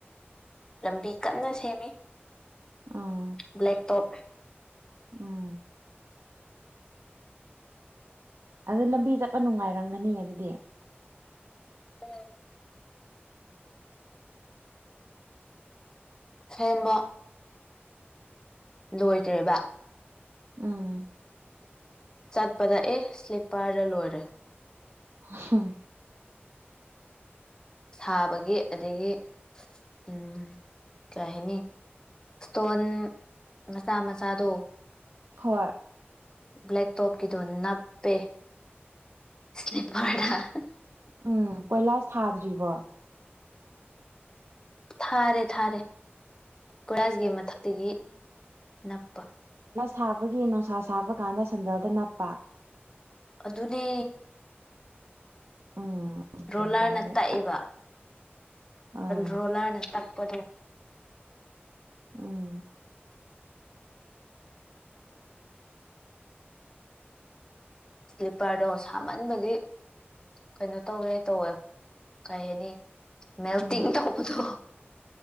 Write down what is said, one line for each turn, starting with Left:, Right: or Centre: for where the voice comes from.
Left: ꯂꯝꯕꯤ ꯀꯟꯅ ꯁꯦꯝꯃꯤ
Right: ꯎꯝ
Left: ꯕ꯭ꯂꯦꯛ ꯇꯣꯞ
Right: ꯎꯝ ꯑꯗꯨ ꯂꯝꯕꯤ ꯆꯠꯄ ꯅꯨꯡꯉꯥꯏꯔꯝꯒꯅꯤ ꯑꯗꯨꯗꯤ
Left: ꯎꯝ ꯁꯦꯝꯕ ꯂꯣꯏꯗ꯭ꯔꯤꯕ
Right: ꯎꯝ
Left: ꯆꯠꯄꯗ ꯑꯦ ꯁ꯭ꯂꯤꯞꯄꯔꯗ ꯂꯣꯏꯔꯦ
Right: ꯍꯪ
Left: ꯁꯥꯕꯒꯤ ꯑꯗꯒꯤ ꯎꯝ ꯀꯩ ꯍꯥꯏꯅꯤ ꯏꯁꯇꯣꯟ ꯃꯆꯥ ꯃꯆꯥꯗꯣ
Right: ꯍꯣꯏ
Left: ꯕ꯭ꯂꯦꯛ ꯇꯣꯞꯀꯤꯗꯣ ꯅꯞꯄꯦ ꯏꯁꯂꯤꯞꯄꯔꯗ ꯍꯤꯍꯥ
Right: ꯎꯝ ꯀꯣꯏꯂꯥꯁ ꯊꯥꯗ꯭ꯔꯤꯕꯣ
Left: ꯊꯥꯔꯦ ꯊꯥꯔꯦ ꯀꯣꯏꯂꯥꯁꯒꯤ ꯃꯊꯛ ꯇꯒꯤ ꯅꯞꯄ
Right: ꯁꯥꯕꯒꯤ ꯅꯨꯡꯁꯥ ꯁꯥꯕ ꯀꯥꯟꯗ ꯁꯦꯟꯗꯜꯗ ꯅꯞꯄ
Left: ꯑꯗꯨꯅꯦ
Right: ꯎꯝ ꯒ꯭ꯌꯥꯟ
Left: ꯔꯣꯂꯔꯅ
Right: ꯇꯥꯔꯦ
Left: ꯇꯛꯑꯦꯕ
Right: ꯑꯥ
Left: ꯔꯣꯂꯔꯅ ꯇꯄꯗꯣ
Right: ꯎꯝ
Left: ꯁ꯭ꯂꯤꯞꯄꯔꯗꯣ ꯁꯥꯃꯟꯕꯒꯤ ꯀꯩꯅꯣ ꯇꯧꯔꯦ ꯇꯧꯋꯦ ꯀꯩ ꯍꯥꯏꯅꯤ ꯃꯦꯜꯇꯤꯡ
Right: ꯎꯝ
Left: ꯇꯧꯕꯗꯣ